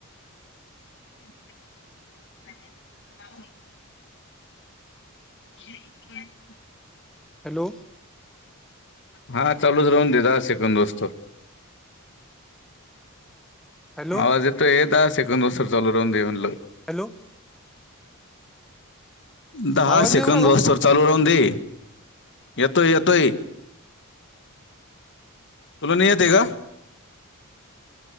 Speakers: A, on the left (about 55°); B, in the centre.
A: <unintelligible> <unintelligible>
B: हॅलो
A: हा चालूच राहून द दहा सेकंद होईस्तोवर
B: हॅलो
A: आवाज येतो ये दहा सेकंद होसतर चालू राहून दे म्हणलं
B: हॅलो
A: दहा
B: आवाज नाही
A: सेकंद
B: येऊ राहिला
A: होस्तर चालू रह दे येतोय, येतोय तुला नाही येतय का?